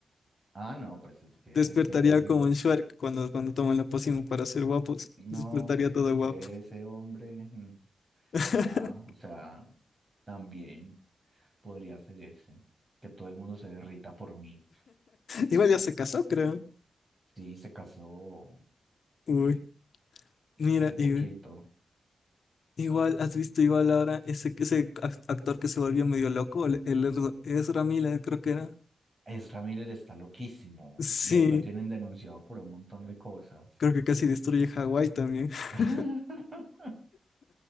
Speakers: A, on the right; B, on the left.
A: Ah, no, pues es que
B: Despertaría
A: ese,
B: como en Shrek cuando, cuando toman la pócima para ser guapos.
A: no,
B: Despertaría
A: pues
B: todo
A: es que
B: guapo.
A: ese hombre, mm,
B: <laughs>
A: ya, o sea, también. podría hacer ese, que todo el mundo se derrita por mí.
B: Igual ya se casó, creo.
A: Sí, se casó
B: Uy, mira,
A: hace poquito.
B: y- igual, ¿has visto igual ahora ese, ese ac- actor que se volvió medio loco? El, el Ezra Ezra Miller, creo que era.
A: Es Ramírez está loquísimo
B: Sí,
A: y a él lo tienen denunciado por un montón de cosas.
B: creo que casi destruye Hawái también.
A: <laughs>
B: <laughs>